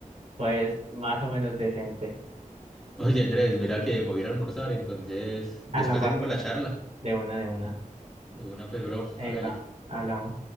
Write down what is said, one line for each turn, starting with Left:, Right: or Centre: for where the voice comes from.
Right: pues, más o menos decente.
Centre: Oye, Andrés, mira que me voy a ir a almorzar, entonces después
Right: Ah, no, parce,
Centre: seguimos la charla.
Right: de una, de una.
Centre: De una, pues, bro,
Right: Ahí
Centre: hágale.
Right: va, hablamos.